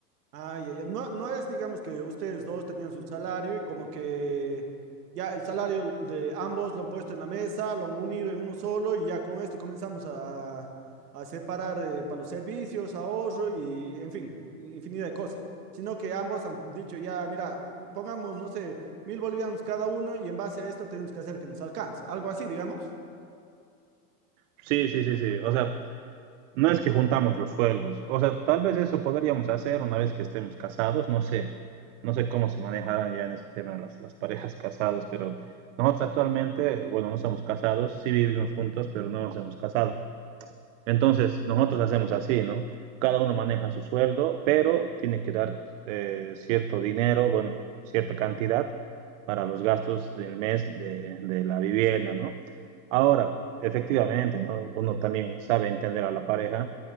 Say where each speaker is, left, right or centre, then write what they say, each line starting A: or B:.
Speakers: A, on the right (about 80°); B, on the right (about 55°).
A: Ay, ay, ay. No, no es, digamos, que ustedes dos tenían su salario y como que ya el salario de ambos lo han puesto en la mesa, lo han unido en uno solo y ya con esto comenzamos a, a- a separar eh, para los servicios, ahorro y, en fin, infinidad de cosas. Sino que ambos han dicho ya, mira, pongamos, no sé, mil bolivianos cada uno y en base a esto tenemos que hacer que nos alcance. Algo así, digamos.
B: Sí, sí, sí, sí. O sea, No es que juntamos los sueldos, o sea, tal vez eso podríamos hacer una vez que estemos casados, no sé, no sé cómo se manejarán ya en ese tema las, las parejas casadas, pero nosotros actualmente, bueno, no somos casados, sí vivimos juntos, pero no nos hemos casado. Entonces, nosotros hacemos así, ¿no? Cada uno maneja su sueldo, pero tiene que dar eh, cierto dinero, bueno, cierta cantidad para los gastos del mes de, de la vivienda, ¿no? Ahora, efectivamente, ¿no? uno también sabe entender a la pareja.